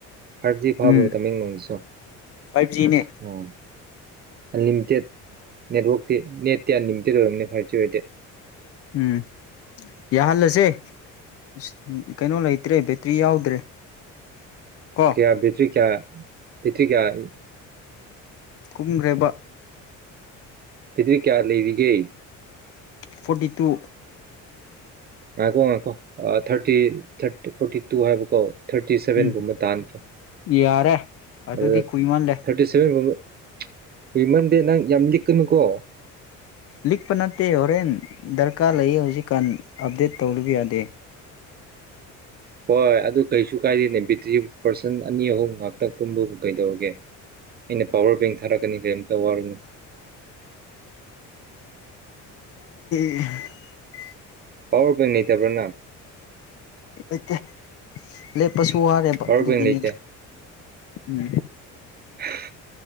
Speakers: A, on the right; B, on the left.
A: ꯐꯥꯏꯚ ꯖꯤ ꯐꯥꯕ꯭ꯔꯣ
B: ꯎꯝ
A: ꯇꯃꯦꯡꯂꯣꯡꯁꯨ
B: ꯐꯥꯏꯚ ꯖꯤꯅꯦ
A: ꯑꯣ ꯑꯟꯂꯤꯃꯤꯇꯦꯠ ꯅꯦꯠꯋꯥꯛꯇꯤ ꯅꯦꯠꯇꯤ ꯑꯟꯂꯤꯃꯤꯇꯦꯠ ꯑꯣꯏꯔꯝꯅꯤ ꯐꯥꯏꯚ ꯖꯤ ꯑꯣꯏꯗꯦ
B: ꯎꯝ ꯌꯥꯍꯜꯂꯁꯦ ꯁꯦ ꯎꯁ ꯎꯝ ꯎꯝ ꯀꯩꯅꯣ ꯂꯩꯇ꯭ꯔꯦ ꯕꯦꯇ꯭ꯔꯤ ꯌꯥꯎꯗ꯭ꯔꯦ ꯀꯣ
A: ꯀꯌꯥ ꯕꯤꯆꯨ ꯀꯌꯥ ꯄꯦꯇ꯭ꯔꯤ ꯀꯌꯥ
B: ꯀꯨꯝꯈꯔ꯭ꯦ ꯕ
A: ꯕꯦꯗꯔ꯭ꯤ ꯀꯌꯥ ꯂꯩꯔꯤꯒꯦ
B: ꯐꯣꯔꯇꯤ ꯇꯨ
A: ꯉꯥꯏꯈꯣ ꯉꯥꯏꯈꯣ ꯑ ꯊꯥꯔꯇꯤ ꯊꯔꯠ ꯐꯣꯔꯇꯤ ꯇꯨ ꯍꯥꯏꯕꯀꯣ ꯊꯥꯔꯇꯤ ꯁꯚꯦꯟꯒꯨꯝꯕ
B: ꯎꯝ
A: ꯇꯥꯟꯈꯤꯌꯣ
B: ꯌꯥꯔꯦ ꯑꯗꯨꯗꯤ
A: ꯑꯗꯨꯗ
B: ꯀꯨꯏꯃꯜꯂꯦ
A: ꯊꯥꯔꯇꯤ ꯁꯚꯦꯟꯒꯨꯝꯕ ꯀꯨꯏꯃꯟꯗꯦ ꯅꯪ ꯌꯝ ꯂꯤꯛꯀꯅꯨꯀꯣ
B: ꯂꯤꯛꯄ ꯅꯠꯇꯦ ꯍꯣꯔꯦꯟ ꯗꯔꯀꯥꯔ ꯂꯩꯌꯦ ꯍꯧꯖꯤꯛꯀꯥꯟ ꯑꯞꯗꯦꯠ ꯇꯧꯕ ꯌꯥꯗꯦ
A: ꯍꯣꯏ ꯑꯗꯨ ꯀꯩꯁꯨ ꯀꯥꯏꯗꯦꯅꯦ ꯕꯦꯇ꯭ꯔꯤ ꯄꯥꯔꯁꯟ ꯑꯅꯤ ꯑꯍꯨꯝ ꯉꯥꯛꯇ ꯀꯨꯝꯕꯕꯨ ꯀꯩꯗꯧꯔꯒꯦ ꯑꯩꯅ ꯄꯋꯥꯔ ꯕꯦꯡ ꯊꯥꯔꯛꯀꯅꯤ ꯀꯔꯤꯝꯇ ꯋꯥꯔꯨꯅꯨ
B: ꯑꯍ
A: ꯄꯋꯥꯔ ꯀ ꯅꯇꯕ꯭ꯔꯣꯅ
B: ꯂꯩꯇꯩ ꯂꯦꯞ ꯄꯁꯨ ꯋꯥꯔꯦꯕ
A: ꯄꯋꯥꯔ
B: ꯑꯗꯨꯒꯤꯅꯤꯗ
A: ꯕꯦꯡ ꯂꯩꯇꯦ
B: ꯎꯝ
A: ꯍ